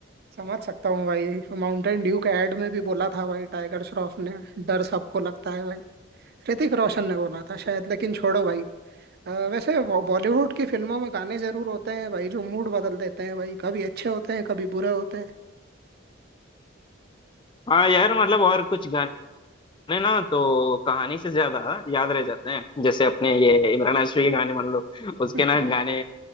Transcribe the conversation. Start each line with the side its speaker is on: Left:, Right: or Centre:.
Right: समझ सकता हूँ भाई माउंटेन ड्यू के एड में भी बोला था भाई टाइगर श्रॉफ ने डर सबको लगता है भाई ऋतिक रोशन ने बोला था शायद लेकिन छोड़ो भाई अ, वैसे बॉ- बॉलीवुड की फिल्मों में गाने जरूर होते हैं भाई जो मूड बदल देते हैं भाई कभी अच्छे होते हैं कभी बुरे होते हैं
Left: हाँ यार मतलब और कुछ गाने ना तो कहानी से ज्यादा याद रह जाते हैं जैसे अपने ये इमरान हाशमी के गाने मान लो
Right: <laughs>
Left: उसके ना गाने